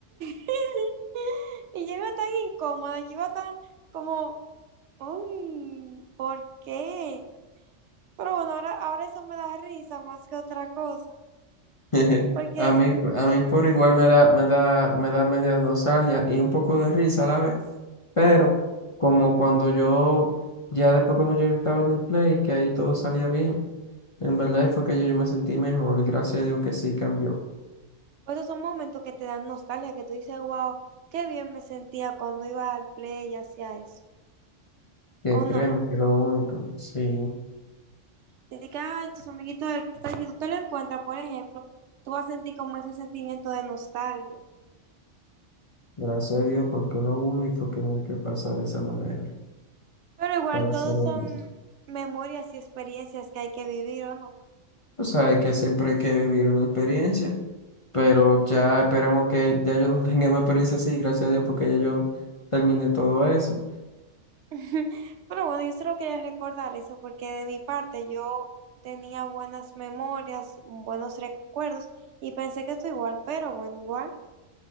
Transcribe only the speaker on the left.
<laughs>
A mí, a mí por igual me da, me da, me da media nostalgia y un poco de risa a la vez. Pero como cuando yo, ya después cuando yo estaba en el play, que ahí todo salía bien, en verdad fue que yo, yo me sentí mejor, gracias a Dios que sí cambió,
que
créeme
que es lo único, sí,
gracias a Dios porque es lo único que no hay que pasar de esa manera,
para
ser honesto.
Tú sabes que siempre hay que vivir una experiencia Pero ya esperemos que ya yo no <laughs> tenga más experiencia así, gracias a Dios, porque ya yo terminé todo eso.